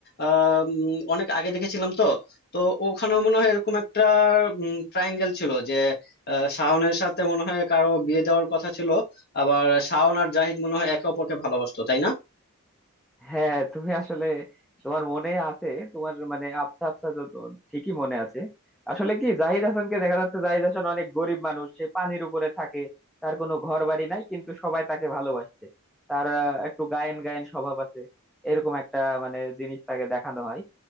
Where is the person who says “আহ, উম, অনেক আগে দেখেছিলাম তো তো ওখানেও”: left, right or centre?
Left